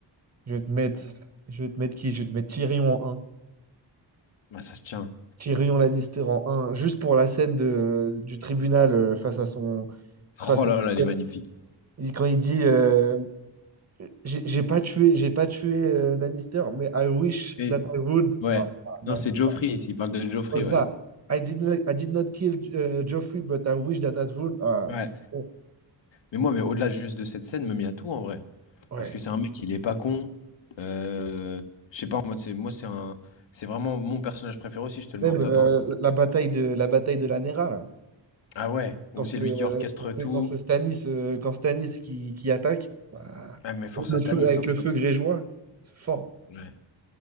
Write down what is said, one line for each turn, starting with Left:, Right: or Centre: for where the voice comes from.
Right: Je vais te mettre, je vais te mettre qui? Je vais te mettre Tyrion en 1.
Left: Bah, ça se tient.
Right: Tyrion Lannister en 1. Juste pour la scène de, du tribunal euh, face à son, face
Left: Oh là
Right: à son
Left: là, elle est magnifique.
Right: il- quand il dit euh, j'ai j'ai pas tué, j'ai pas tué euh, Lannister, mais I wish
Left: et
Right: that I would.
Left: Ouais.
Right: Ah, ah, non,
Left: Non, c'est
Right: mais
Left: Joffrey, s'il parle de Joffrey,
Right: pas ça.
Left: ouais.
Right: I did not, I did not kill euh, Joffrey, but I wish that I would. Ah,
Left: Ouais.
Right: ça, c'est bon.
Left: Mais moi, mais au-delà juste de cette scène, même il y a tout en vrai.
Right: ouais.
Left: Parce que c'est un mec, il est pas con. Euh, je sais pas, en mode, c'est, moi, c'est un, c'est vraiment mon personnage préféré aussi, je te le
Right: Même
Left: mets en top
Right: euh,
Left: 1.
Right: la bataille de la bataille de la Nera, là.
Left: Ah ouais,
Right: Quand
Left: ou c'est
Right: c'est
Left: lui qui
Right: euh,
Left: orchestre
Right: quand
Left: tout.
Right: c'est quand c'est Stannis, euh, quand Stannis qui, qui attaque, bah,
Left: Ah, mais force
Right: le
Left: à Stanis
Right: feu, avec
Left: hein.
Right: le feu grégeois, fort.
Left: Ouais.